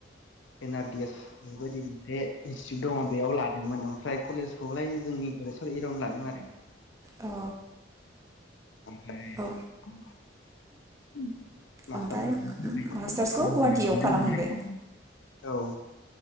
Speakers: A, on the left (about 80°); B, on the right (about 15°).
A: एन आरडि एस बेफोरबायदि मोनसे इनस्टिटिउट दङ बेयाव लादोंमोन ओमफ्राय कलेजखौलाय जोंनि गे एरावन लादों आरो <unintelligible>
B: औ
A: ओफ्रायार
B: औ ओमफ्राय
A: <unintelligible>
B: मास्टार्सखौ गुवाहाटियाव खालामहैबाय